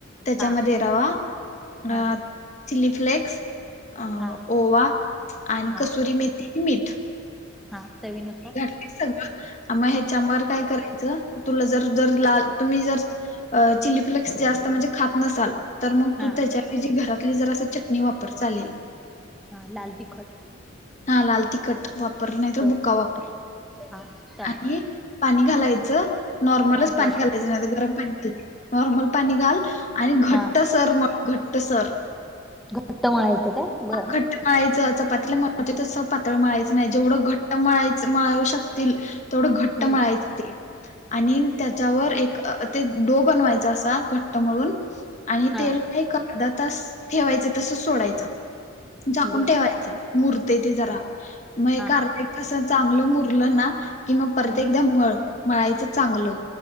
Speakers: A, on the left; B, in the centre.
A: त्याच्यामध्ये
B: हा
A: ये रवा
B: हा
A: चिली फ्लेक्स अ
B: हा
A: ओवा आणि
B: हा
A: कस्तुरी मेथी मीठ
B: हा चवी न
A: घ सगळं आ ह्याच्यावर काय करायच तुला जर जर लाल तुम्ही जर चिली फ्लेक्स जास्त म्हणजे खात नसाल तर मग
B: हा
A: तू त्याच्या ऐवजी घरातली जर असं चटणी वापर चालेल
B: हा लाल तीखट
A: हा लाल तिखट वापर नाही तर
B: बर
A: बुक्का वापर
B: हा चालत
A: आणि पाणी घालायचं नॉर्मलच पाणी
B: बर
A: घालायचं नाही गरम पाणी नॉर्मल पाणी घाल आणि घट्ट
B: हा
A: सर घट्ट सर
B: घट्ट म्हणायचं काय बर
A: घट्ट माळायचं चपातीला म्हे तसं पातळ मळायचं नाही जेवढं घट्ट मळायच मळू शकशील थोडं घट्ट
B: हम्म
A: मळायच ते आणि त्याच्यावर एक ते डो बनवायचा असा घट्ट म्हळून आणि
B: हा
A: तेला एक अर्धा तास ठेवायचं तसच सोडायचं झाकून
B: बर
A: ठेवायचं मुरते ते जरा मग एक
B: हा
A: अर्ध्या
B: हा हा
A: एक तासात चांगलं मुरलं ना कि मग परत
B: हा
A: एकदा मळ मळायचं चांगलं